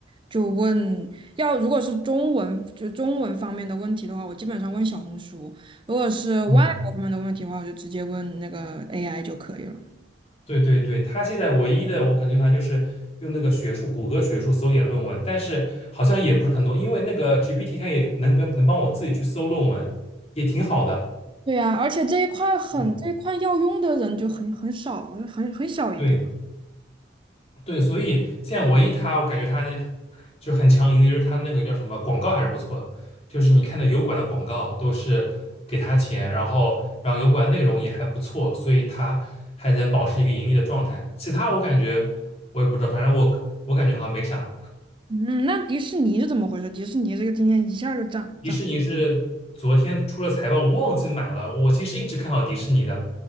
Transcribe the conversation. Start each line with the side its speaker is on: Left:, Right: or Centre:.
Right: 就问要如果是中文就中文方面的问题的话，我基本上问小红书；如果是外国方面的问题的话，
Left: 嗯。
Right: 我就直接问那个 AI 就可以了。
Left: 对对对，他现在唯一的我可能用它就是用那个学术，谷歌学术搜点论文，但是好像也不是很多，因为那个 GPT 它也能帮能帮我自己去搜论文，也挺好的。
Right: 对呀，而且这一块很这一块要用的人就很很少，
Left: 嗯，
Right: 很很小一部分。
Left: 对对，所以现在唯一他我感觉它那就很强硬的，就是他那个叫什么广告还是不错的，就是你看的油管的广告都是给他钱，然后然后油管内容也还不错，所以他还能保持一个盈利的状态。其他我感觉我也不知道，反正我我感觉好像没啥。
Right: 嗯，那迪士尼是怎么回事？迪士尼这个今天一下就涨涨了，
Left: 迪士尼是昨天出了财报，我忘记买了。我其实一直看好迪士尼的，